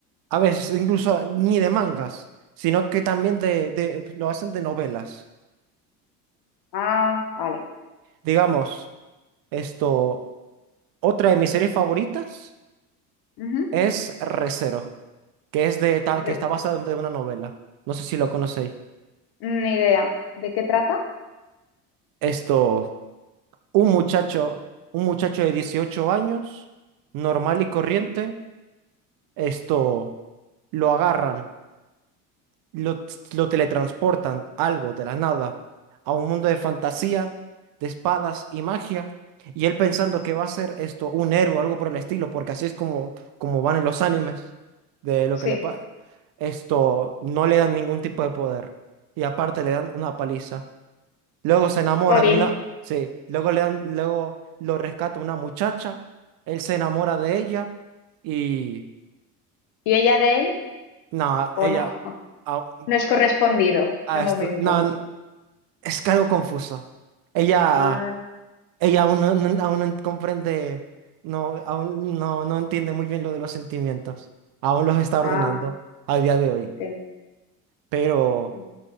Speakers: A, on the right; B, on the left.
A: a veces, incluso ni de mangas, sino que también de, de- lo hacen de novelas.
B: ah, vale.
A: Digamos, esto, otra de mis series favoritas
B: Ujú.
A: es Re:Zero, que es de, ta-
B: Re-
A: que está basada en de una novela. No sé si lo conocéis.
B: Ni idea. ¿De qué trata?
A: Esto. Un muchacho, un muchacho de 18 años, normal y corriente,
B: Sí.
A: esto lo agarran, lo, lo teletransportan, algo de la nada, a un mundo de fantasía, de espadas y magia, y él pensando que va a ser esto un héroe o algo por el estilo, porque así es como, como van en los animes, de lo
B: Sí.
A: que le pasa. Esto no le dan ningún tipo de poder, y aparte le dan una paliza. Luego se enamora
B: Jolín.
A: de una, sí, luego le dan- luego lo rescata una muchacha, él se enamora de ella y
B: ¿Y ella de él?
A: nada,
B: ¿O
A: ella
B: no? <laughs>
A: a-
B: No es correspondido
A: a
B: de momento.
A: esto- nah, n- es que algo confuso. Ella
B: Ah,
A: ella aún no, no- aún no comprende, no aún no no entiende muy bien lo de los sentimientos. Aún los está ordenando
B: ah,
A: a día de hoy,
B: entiendo.
A: pero
B: Ent-